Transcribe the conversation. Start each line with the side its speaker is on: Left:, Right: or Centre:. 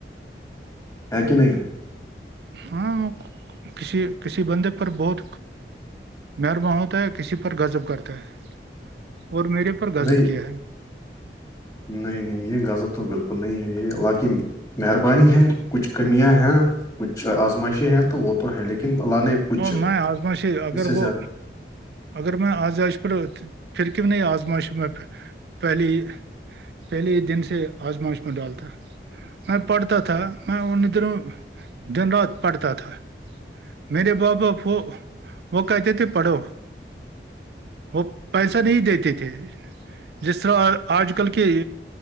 Left: ہے کہ نہیں
Right: ہاں وہ کسی کسی بندے پر بہت مرما ہوتا ہے کسی پر گذب کرتا ہے اور میرے پر غضب
Left: نہیں
Right: کیا ہے
Left: نہیں نہیں یہ غازب تو بالکل نہیں ہے یہ حقن مہربانی ہے کچھ کمیاں ہیں کچھ آزمائشے ہیں تو وہ تو ہے لیکن اللہ نے کچھ
Right: اور میں آزمائش اگر
Left: اس سے
Right: وہ
Left: زیادہ
Right: اگر میں آزائش پ پھر کیوں نہیں آزماش میں پہلی پہلے ہی دن سے آزماؤش میں ڈالتا ہے میں پڑھتا تھا میں انہ دنوں دن رات پڑھتا تھا میرے باباپ وہ کہتے تھے پڑھو وہ پیسہ نہیں دیتے تھے جس طرح آج کل کی